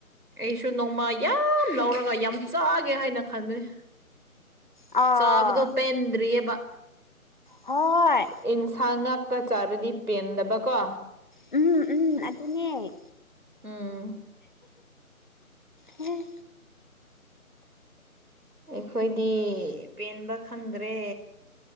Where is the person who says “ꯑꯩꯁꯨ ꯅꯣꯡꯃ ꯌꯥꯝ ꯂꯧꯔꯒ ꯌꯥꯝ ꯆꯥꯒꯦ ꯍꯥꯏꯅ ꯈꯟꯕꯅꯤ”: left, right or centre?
Right